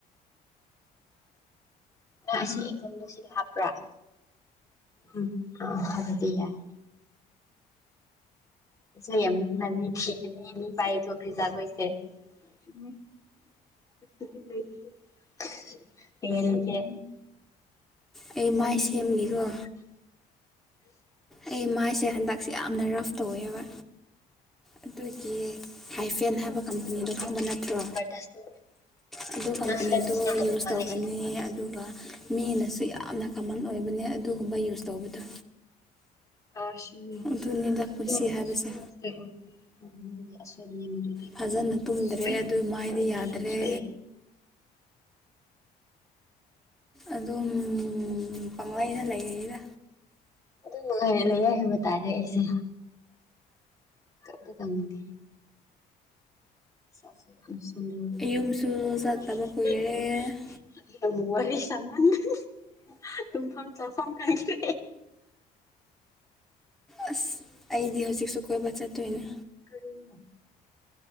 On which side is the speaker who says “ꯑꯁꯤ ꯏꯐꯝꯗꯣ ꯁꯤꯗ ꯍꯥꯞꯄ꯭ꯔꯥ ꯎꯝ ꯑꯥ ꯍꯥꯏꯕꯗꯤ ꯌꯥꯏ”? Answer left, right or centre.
Left